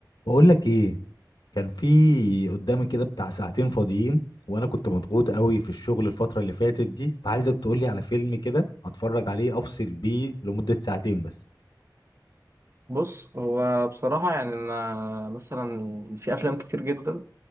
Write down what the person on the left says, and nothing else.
بقول لك ايه كان في قدامي كده بتاع ساعتين فاضيين وانا كنت مضغوط قوي في الشغل الفترة اللي فاتت دي فعايزك تقول لي على فيلم كده اتفرج عليه افصل بيه لمدة ساعتين بس